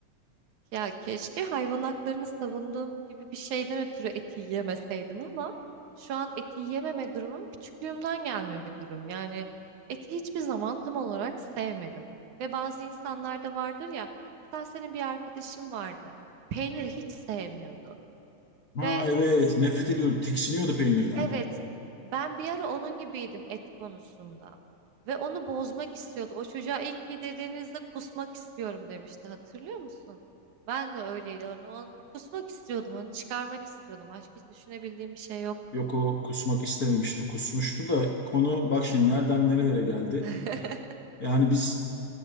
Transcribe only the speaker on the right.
Ya keşke hayvan haklarını savunduğum gibi bir şeyden ötürü eti yemeseydim ama şu an eti yememe durumum küçüklüğümden gelme bir durum. Yani eti hiçbir zaman tam olarak sevmedim. Ve bazı insanlar da vardır ya, hatta senin bir arkadaşın vardı. Peyniri hiç sevmiyordu.
Ve
siz
Evet, ben bir ara onun gibiydim et konusunda. Ve onu bozmak istiyordum. O çocuğa ilk yedirdiğinizde kusmak istiyorum demişti. Hatırlıyor musun? Ben de öyleydi. Hani onu kusmak istiyordum, onu çıkarmak istiyordum. Başka hiç düşünebildiğim bir şey yoktu.
<laughs>